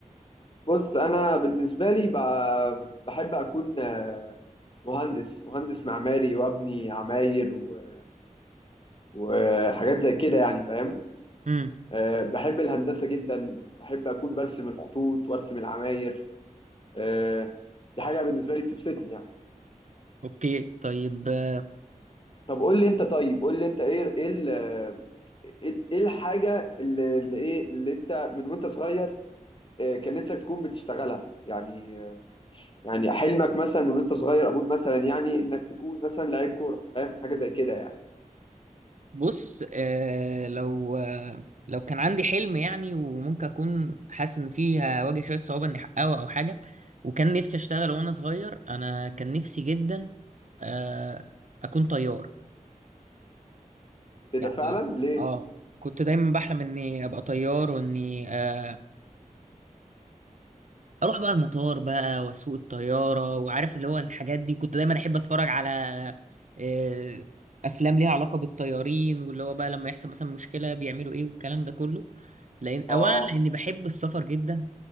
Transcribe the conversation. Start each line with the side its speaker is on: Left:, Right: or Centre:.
Left: بص انا بالنسبه لي ب- بحب اكون مهندس مهندس معماري وابني عماير و- وحاجات زي كده يعني فاهم
Right: امم
Left: آه، بحب الهندسه جدا بحب اكون برسم الخطوط وارسم العماير آه، دي حاجه بالنسبه لي بتبسطني يعني
Right: اوكي طيب آه،
Left: طب قول لي انت طيب قول لي انت ايه ايه ال- ايه إيه الحاجه اللي اللي ايه اللي انت من وانت صغير آه، كان نفسك تكون بتشتغلها يعني آه، يعني حلمك مثلا من وانت صغير اقول مثلا يعني انك تكون مثلا لعيب كوره فاهم حاجه زي كده يعني
Right: بص آه لو آه لو كان عندي حلم يعني وممكن اكون حاسس ان فيه هواجه شوية صعوبة اني احققه او حاجة وكان نفسي اشتغل وانا صغير انا كان نفسي جدا آه اكون طيار
Left: ايه
Right: يعني
Left: ده فعلا ليه
Right: اه كنت دايما بحلم اني ابقى طيار واني آه اروح بقى المطار بقى واسوق الطياره وعارف اللي هو الحاجات دي كنت دايما احب اتفرج على آه افلام ليها علاقه بالطيارين واللي هو بقى لما يحصل مثلا مشكله بيعملوا ايه والكلام ده كله لان
Left: اه
Right: اولا لاني بحب السفر جدا